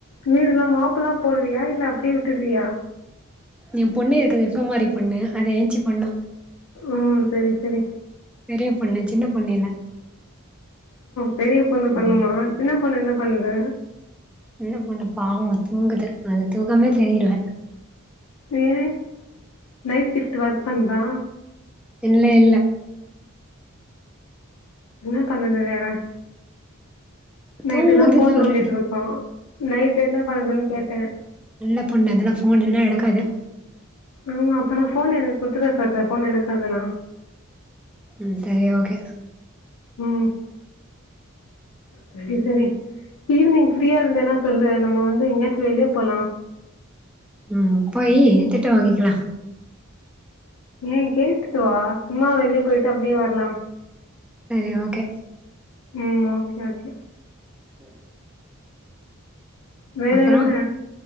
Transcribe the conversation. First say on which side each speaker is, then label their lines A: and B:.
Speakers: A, on the left; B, in the centre.
A: வீடெல்லா மாப் எல்லா போடுவியா இல்ல அப்டியே விட்டிடுவியா
B: என் பொண்ணு இருக்குதே சோமாறி பொண்ணு அது ஏஞ்ச்சுபண்ணு
A: அ சரி சரி
B: பெரிய பொண்ணு சின்ன பொண்ணு இல்ல
A: பெரிய பொண்ணு பண்ணுமா
B: ம்
A: சின்ன பொண்ணு என்ன பண்ணுது
B: சின்ன பொண்ணு பாவோ தூங்குது அது தூக்காமே தெளியல
A: ஏன் நைட் ஷிஃப்ட் ஒர்க் பண்ணுதா
B: இல்ல இல்ல
A: என்ன பண்ணுது வேற நைட்டெல்லா
B: தூங்குது
A: ஃபோன்
B: சொல்றே
A: நோண்டிட்டு இருக்கு நைட்டு என்ன பண்ணுதுன்னு கேட்ட
B: நல்லா பொண்ணு அது எல்லா ஃபோன் எல்லா எடுக்காது
A: ஆமா அப்ப நா ஃபோன் எனக்கு குடுத்திட சொல்லு ஃபோன் எடுக்காதுனா
B: ம் சரி ஓகே
A: ம் சரி சரி ஈவினிங் ஃப்ரீயா இருந்தீனா சொல்லு நம்ம வந்து எங்கையாச்சு வெளிய போலா
B: ம் போய் திட்டு வாங்கிக்கலா
A: ஏன் கேட்டுட்டு வா சும்மா வெளிய போயிட்டு அப்டியே வர்லா
B: சரி ஓகே
A: ம் ஓகே ஓகே
B: சரி
A: வேற
B: அப்பறோ
A: என்ன